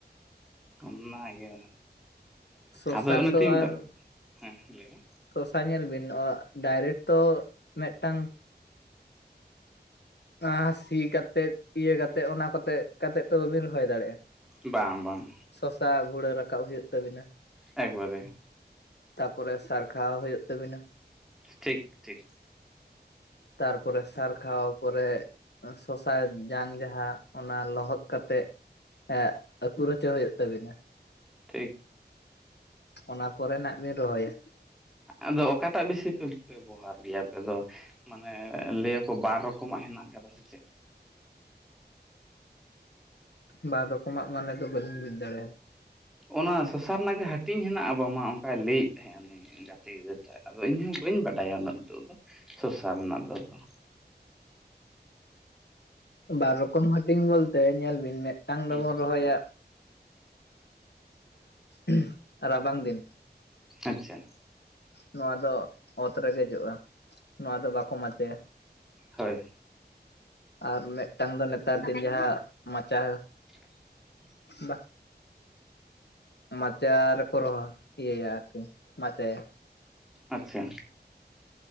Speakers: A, in the centre; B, on the left.
A: ᱚᱱᱟ ᱜᱮ
B: ᱥᱚᱥᱟ
A: ᱟᱫᱚ ᱚᱱᱮ
B: ᱛᱚ
A: ᱛᱤᱧ ᱢᱮᱛᱟᱜ
B: ᱟᱨ
A: ᱦᱮᱸ ᱞᱟᱹᱭ ᱢᱮ
B: ᱥᱚᱥᱟ ᱧᱮᱞ ᱵᱤᱱ ᱱᱚᱣᱚᱜ ᱰᱟᱭᱨᱮᱴ ᱛᱚ ᱢᱤᱫᱴᱟᱝ ᱟ ᱥᱤ ᱠᱟᱛᱮᱫ ᱤᱭᱟᱹ ᱠᱟᱛᱮᱫ ᱚᱱᱟ ᱠᱚᱛᱮ ᱠᱟᱛᱮᱫ ᱛᱚ ᱵᱟᱵᱤᱱ ᱨᱚᱦᱚᱭ ᱫᱟᱲᱮᱭᱟᱜᱼᱟ᱾
A: ᱵᱟᱝ ᱵᱟᱝ
B: ᱥᱚᱥᱟ ᱵᱷᱩᱲᱟᱹ ᱨᱟᱠᱟᱵ ᱦᱩᱭᱩᱜ ᱛᱟᱵᱤᱱᱟ᱾
A: ᱮᱠᱵᱟᱨᱮ
B: ᱛᱟᱯᱚᱨᱮ ᱥᱟᱨ ᱠᱷᱟᱣ ᱦᱩᱭᱩᱜ ᱛᱟᱵᱤᱱᱟ
A: ᱴᱷᱤᱠ ᱴᱷᱤᱠ
B: ᱛᱟᱨᱯᱚᱨᱮ ᱥᱟᱨ ᱠᱷᱟᱣ ᱯᱚᱨᱮ ᱥᱚᱥᱟᱭ ᱡᱟᱝ ᱡᱟᱦᱟᱸ ᱚᱱᱟ ᱞᱚᱦᱚᱫ ᱠᱟᱛᱮᱜ ᱮᱜ ᱟᱹᱠᱩᱨ ᱦᱚᱪᱚ ᱦᱩᱭᱩᱜ ᱛᱟᱵᱤᱱᱟ
A: ᱴᱷᱤᱠ
B: ᱚᱱᱟ ᱯᱚᱨᱮ ᱱᱟᱜ ᱵᱤᱱ ᱨᱚᱦᱚᱭᱟ
A: ᱟᱫᱚ ᱚᱠᱟᱴᱟᱜ ᱵᱤᱥᱤ ᱯᱮ ᱵᱮᱵᱚᱦᱟᱨ ᱜᱮᱭᱟ ᱟᱯᱮ ᱫᱚ ᱢᱟᱱᱮ ᱞᱟᱹᱭᱟᱠᱚ ᱵᱟᱨ ᱨᱚᱠᱚᱢᱟᱜ ᱦᱮᱱᱟᱜ ᱠᱟᱫᱟ ᱥᱮ ᱪᱮᱫ
B: ᱵᱟᱨ ᱨᱚᱠᱚᱢᱟᱜ ᱢᱟᱱᱮ ᱫᱚ ᱵᱟᱹᱞᱤᱧ ᱵᱩᱡ ᱫᱟᱲᱮᱭᱟᱫᱟ
A: ᱚᱱᱟ ᱥᱚᱥᱟ ᱨᱮᱱᱟᱜ ᱜᱮ ᱦᱟᱹᱴᱤᱧ ᱦᱮᱱᱟᱜᱼᱟ ᱵᱟᱝᱢᱟ ᱚᱱᱠᱟᱭ ᱞᱟᱹᱭᱮᱫ ᱛᱟᱦᱮᱸᱫ ᱩᱱᱤ ᱜᱟᱛᱮ ᱜᱤᱫᱽᱟᱹᱨᱟᱹ ᱴᱟᱜ ᱟᱫᱚ ᱤᱧᱦᱚ ᱵᱟᱹᱧ ᱵᱟᱰᱟᱭᱟ ᱩᱱᱟᱹᱜ ᱱᱤᱛᱳᱜ ᱫᱚ ᱥᱚᱥᱟ ᱨᱮᱱᱟᱜ ᱫᱚ ᱟᱫᱚ
B: ᱵᱟᱨ ᱨᱚᱠᱚᱢ ᱦᱟᱹᱴᱤᱧ ᱵᱚᱞᱛᱮ ᱧᱮᱞ ᱵᱤᱱ ᱢᱤᱫᱴᱟᱝ
A: ᱦᱩᱸ
B: ᱫᱚᱵᱚᱱ ᱨᱚᱦᱚᱭᱟ ᱮᱸᱜ ᱨᱟᱵᱟᱝ ᱫᱤᱱ
A: ᱟᱪᱪᱷᱟ
B: ᱱᱚᱣᱟ ᱫᱚ ᱚᱛ ᱨᱮᱜᱮ ᱡᱚᱜᱼᱟ ᱱᱚᱣᱟ ᱫᱚ ᱵᱟᱠᱚ ᱢᱟᱪᱮᱭᱟ
A: ᱦᱳᱭ
B: ᱟᱨ ᱢᱤᱫᱴᱟᱝ ᱫᱚ ᱱᱮᱛᱟᱨ ᱫᱤᱱ ᱡᱟᱦᱟᱸ ᱢᱟᱪᱟ
A: <inaudible>
B: ᱵᱟ ᱢᱟᱪᱟ ᱨᱮᱠᱚ ᱨᱚᱦᱚ ᱤᱭᱟᱹᱭᱟ ᱟᱨᱠᱤ ᱢᱟᱪᱟᱭᱟ
A: ᱟᱪᱪᱷᱟ